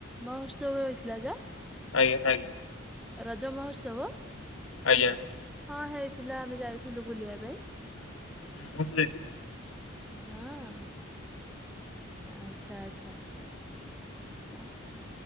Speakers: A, in the centre; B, on the left.
A: ମହୋତ୍ସବ ହେଇଥିଲା ଯେ
B: ଆଜ୍ଞା ଆଜ୍ଞା।
A: ରଜ ମହୋତ୍ସବ।
B: ଆଜ୍ଞା।
A: ହଁ ହେଇଥିଲା ଆମେ ଯାଇଥିଲୁ ବୁଲିବା ପାଇଁ।
B: ହୁଁ <unintelligible>
A: ଅଁ ଆଚ୍ଛା ଆଚ୍ଛା। ହଁ